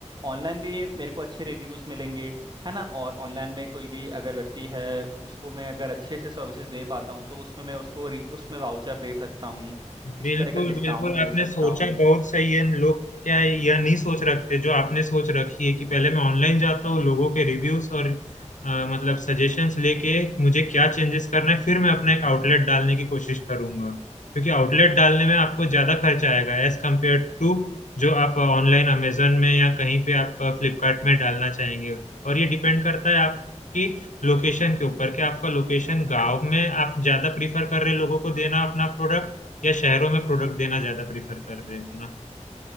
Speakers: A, on the right; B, on the left.
A: ऑनलाइन भी मेरे को अच्छे रिव्यूज मिलेंगे है ना और ऑनलाइन में कोई भी अगर व्यक्ति है उसको मैं अगर अच्छे से सर्विसेज दे पाता हूँ तो उसमें मैं उसको री- उसमें वाउचर दे सकता हूँ किसी
B: बिल्कुल
A: तरह का डिस्काउंट
B: बिल्कुल
A: दे
B: आपने
A: सकता
B: सोचा
A: हूँ
B: बहुत सही है लोग क्या है यह नहीं सोच रखते जो आपने सोच रखी है कि पहले मैं ऑनलाइन जाता हूँ लोगों के रिव्यूज और अ, मतलब सजेशंस लेके मुझे क्या चेंजेस करना है फिर मैं अपना एक आउटलेट डालने की कोशिश करूंगा क्योंकि आउटलेट डालने में आपको ज्यादा खर्चा आएगा एज कम्पेयर टू जो आप ऑनलाइन अमेजन में या कहीं पे आप फ्लिपकार्ट में डालना चाहेंगे और ये डिपेंड करता है आपकी लोकेशन के ऊपर कि आपका लोकेशन गांव में आप ज्यादा प्रीफर कर रहे लोगों को देना अपना प्रोडक्ट या शहरों में प्रोडक्ट देना ज्यादा प्रीफर कर रहे हैं अपना